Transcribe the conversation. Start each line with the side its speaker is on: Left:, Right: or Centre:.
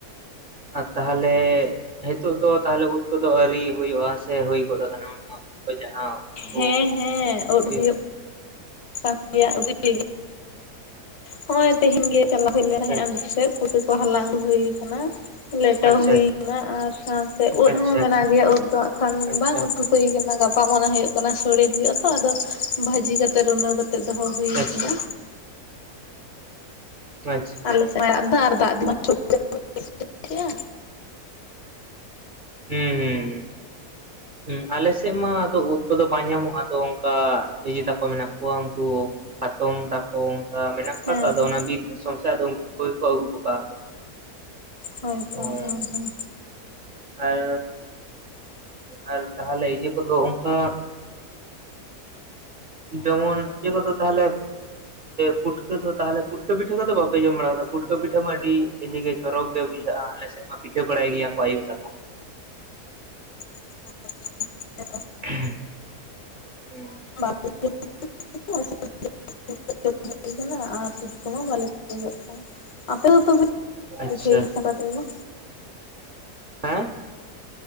Right: ᱟᱨ ᱛᱟᱦᱚᱞᱮ ᱱᱤᱛᱳᱜ ᱫᱚ ᱛᱟᱦᱚᱞᱮ ᱩᱫ ᱠᱚᱟᱹ ᱫᱚ ᱟᱹᱣᱨᱤ ᱦᱩᱭᱩᱜᱼᱟ ᱥᱮ ᱦᱩᱭ ᱜᱚᱫ ᱟᱠᱟᱱᱟ ᱦᱚᱭ ᱡᱟᱦᱟᱸ ᱠᱚ
Left: ᱦᱮᱸ ᱦᱮᱸ ᱩᱫ
Right: ᱦᱩᱭᱩᱜ
Left: ᱦᱩᱭᱩᱜᱼᱼ <unintelligible> ᱥᱟᱶᱛᱮ ᱱᱚᱜᱼᱚᱭ ᱛᱮᱦᱮᱧ ᱜᱮ ᱪᱟᱞᱟᱣ ᱦᱩᱭᱞᱮ
Right: ᱟᱪᱪᱷᱟ
Left: ᱛᱟᱦᱮᱸᱱᱟᱮᱥ
Right: ᱟᱪᱪᱷᱟ
Left: ᱯᱩᱥᱟᱹ ᱠᱚ ᱦᱟᱞᱟᱝ ᱟᱹᱜᱩ ᱦᱩᱭ ᱟᱠᱟᱱᱟ, ᱞᱮᱴᱚ
Right: ᱟᱪᱪᱷᱟ
Left: ᱦᱩᱭᱱᱟ ᱟᱨ ᱥᱟᱶᱛᱮ ᱩᱫ
Right: ᱟᱪᱪᱷᱟ
Left: ᱦᱚᱸ ᱢᱮᱱᱟᱜ
Right: ᱟᱪᱪᱷᱟ
Left: ᱜᱮᱭᱟ ᱩᱫ ᱫᱚ ᱮᱠᱷᱚᱱ
Right: ᱟᱪᱪᱷᱟ
Left: ᱵᱟᱝ ᱩᱛᱩ ᱦᱩᱭ ᱠᱟᱱᱟ ᱜᱟᱯᱟ ᱢᱚᱱᱮ ᱦᱩᱭᱩᱜ ᱠᱟᱱᱟ ᱥᱚᱲᱮ ᱦᱩᱭᱩᱜ ᱟ ᱛᱚ ᱟᱫᱚ ᱵᱷᱟᱹᱤ ᱠᱟᱛᱮ ᱨᱩᱱᱟᱹᱣ ᱠᱟᱛᱮᱼᱼ ᱠᱟᱛᱮ ᱫᱚᱦᱚ ᱦᱩᱭ
Right: ᱟᱪᱪᱷᱟ
Left: ᱟᱠᱟᱱᱟ᱾
Right: ᱟᱪᱪᱷᱟ
Left: ᱟᱞᱮ ᱥᱮᱫ ᱫᱟᱜ ᱫᱚ ᱟᱨ ᱫᱟᱜ <unintelligible> ᱼᱼ ᱴᱷᱤᱠᱭᱟ
Right: ᱦᱩᱸ ᱦᱩᱸ ᱦᱩᱸ ᱟᱞᱮᱥᱮᱫ ᱢᱟ ᱟᱫᱚ ᱩᱫ ᱠᱚᱫᱚ ᱵᱟᱝ ᱧᱟᱢᱚᱜᱼᱟ ᱟᱫᱚ ᱚᱱᱠᱟ ᱤᱭᱟᱹᱛᱟᱠᱚ ᱢᱮᱱᱟᱜ ᱠᱚᱣᱟ ᱩᱱᱠᱩᱼᱼ ᱦᱟᱛᱚᱢ ᱛᱟᱠᱚ, ᱛᱚ ᱚᱱᱠᱟ ᱢᱮᱱᱟᱜ ᱠᱚᱣᱟ
Left: ᱦᱮᱸ
Right: ᱛᱚ ᱟᱫᱚ
Left: ᱦᱮᱸ
Right: ᱚᱱᱟ ᱵᱤᱨ ᱫᱤᱥᱚᱢ ᱟᱫᱚ ᱩᱱᱠᱩ ᱠᱚᱜᱮ ᱠᱚ ᱟᱹᱜᱩ ᱦᱚᱴᱚ ᱠᱟᱜᱼᱟ ᱠᱚ᱾
Left: ᱦᱳᱭ
Right: ᱚ
Left: ᱛᱚ ᱦᱮᱸ ᱦᱮᱸ,
Right: ᱟᱨ ᱟᱨ ᱛᱟᱦᱚᱞᱮ ᱤᱭᱟᱹ ᱠᱚᱫᱚ ᱚᱱᱠᱟᱼᱼ ᱡᱮᱢᱚᱱ ᱤᱭᱟᱹ ᱠᱚᱫᱚ ᱛᱟᱦᱚᱞᱮ ᱯᱷᱩᱴᱠᱟᱹ ᱫᱚ ᱛᱟᱦᱚᱞᱮ ᱯᱩᱴᱠᱟᱹ ᱯᱤᱴᱷᱟᱹ ᱠᱚᱫᱚ ᱵᱟᱯᱮ ᱡᱚᱢ ᱵᱟᱲᱟ ᱠᱟᱫᱟ᱾ ᱯᱩᱴᱠᱟᱹ ᱯᱤᱴᱷᱟᱹ ᱢᱟ ᱟᱹᱰᱤ ᱤᱡᱮ ᱜᱮ ᱪᱚᱨᱚᱠ ᱜᱮ ᱵᱩᱡᱷᱟᱹᱜᱼᱟ ᱟᱞᱮᱫ ᱢᱟ ᱯᱤᱴᱷᱟᱹ ᱵᱟᱲᱟᱭ ᱜᱮᱭᱟ ᱠᱚ ᱟᱭᱩ ᱛᱟ ᱠᱚ
Left: <unintelligible>
Right: ᱦᱩᱸ
Left: ᱵᱟᱨ <unintelligible> <unintelligible> ᱦᱩᱭ ᱠᱟᱱᱟ ᱟᱨ ᱥᱩᱴ ᱠᱚᱢᱟ ᱵᱟᱞᱮ ᱟᱠᱟᱫ ᱠᱚᱣᱟ ᱟᱯᱮ ᱫᱚ ᱛᱚᱵᱮ <inaudible>
Right: ᱟᱪᱪᱷᱟ
Left: ᱯᱤᱴᱷᱟᱹ ᱥᱟᱠᱨᱟᱛ ᱨᱮᱢᱟ
Right: ᱦᱮᱸ?